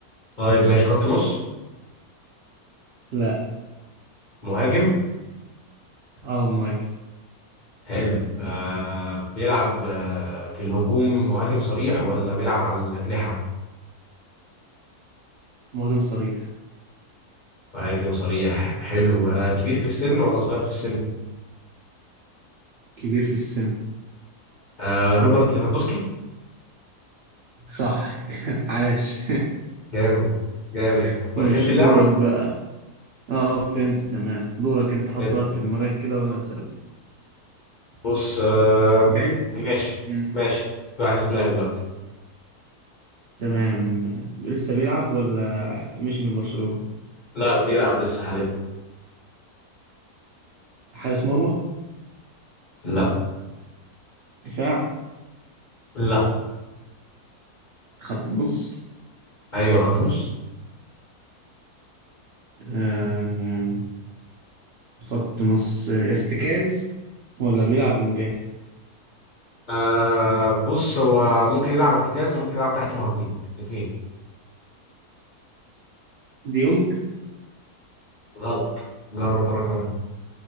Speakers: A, on the left (about 40°); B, on the right (about 70°).
A: طيب ماشي خط نص
B: لا
A: مهاجم
B: اه مهاجم
A: حلو آه بيلعب آه في الهجوم مهاجم صريح ولا بيلعب على الأجنحة
B: مهاجم صريح
A: مهاجم صريح حلو آه كبير في السن ولا صغير في السن
B: كبير في السن
A: آه روبرت ليفاندوسكي
B: صح <laughs> عاش
A: جامد جامد
B: <laughs>
A: بقى
B: ماشي
A: فهمت اللعبة؟
B: دورك بقى اه فهمت تمام دورك انت حط
A: زي الفل
B: واحد في دماغك كده وانا اسألك
A: بص آه
B: جاي
A: ماشي
B: مم.
A: ماشي في واحد في دماغي دلوقتي
B: تمام لسه بيلعب ولا مشي من برشلونة
A: لا بيلعب لسه حاليا
B: حارس مرمى
A: لا
B: دفاع
A: لا
B: خط نص
A: ايوه خط نص
B: آه خط نص آه، ارتكاز ولا بيلعب ونجات
A: آه بص هو ممكن يلعب ارتكاز وممكن يلعب تحت مهاجمين الاثنين
B: ديونج <laughs>
A: غلط جرب مرة كمان